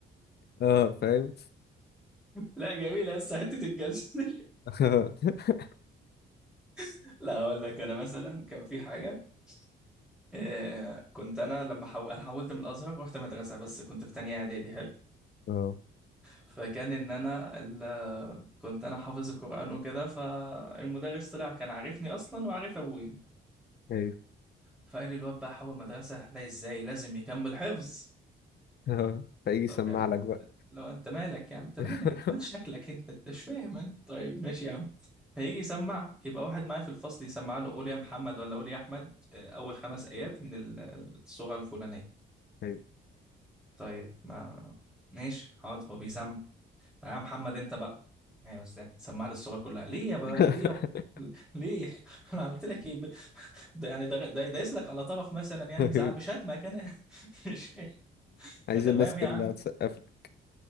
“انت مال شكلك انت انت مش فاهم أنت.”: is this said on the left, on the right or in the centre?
Centre